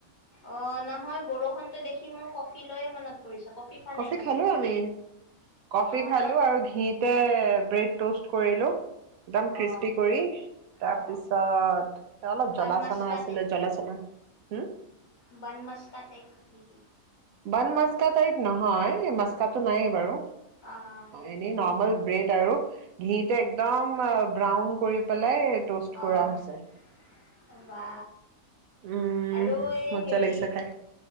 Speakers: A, on the left (about 35°); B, on the right (about 75°).
A: অ' নহয় বৰষুণটো দেখি মোৰ কফি লৈয়ে মনত পৰিছে কফি খোৱা
B: কফি
A: নাই তাহঁতে
B: খালোঁ আমি কফি
A: অ
B: খালোঁ
A: তন
B: আৰু ঘিতে ব্ৰেড ট'ষ্ট কৰিলোঁ একদম ক্ৰিস্পি
A: অ
B: কৰি তাৰপিছত
A: অ
B: অলপ
A: বান
B: জ্বলা
A: মাস্কা
B: চানা আছিলে জ্বলা চানা হম
A: বন মস্কাত টেক নেকি
B: বান মাাস্কা টাইপ নহয় এই মাস্কাটো নায়েই বাৰু
A: অ'
B: এনে নৰ্মেল ব্ৰেড আৰু ঘিতে একদম ব্ৰাউন কৰি পেলাই ট'ষ্ট কৰা
A: অ'
B: হৈছে।
A: বা
B: উম,
A: আৰু এই
B: মজ্জা
A: হেৰি
B: লাগিছে খাই